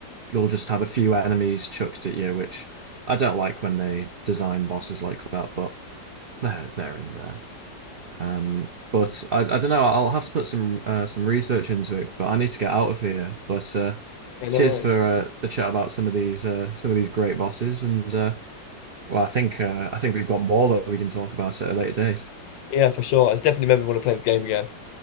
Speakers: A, on the right (about 70°); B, on the left (about 80°).
A: you'll just have a few enemies chucked at you, which I don't like when they design bosses like that, but they're they're in there. Um, but I I don't know. I'll have to put some uh, some research into it, but I need to get out of here. But uh,
B: Yeah,
A: cheers
B: no worries.
A: for uh, the chat about some of these uh, some of these great bosses and. Uh, well, I think uh, I think we've got more that we can talk about at a later date.
B: Yeah, for sure. I definitely made want to play the game again.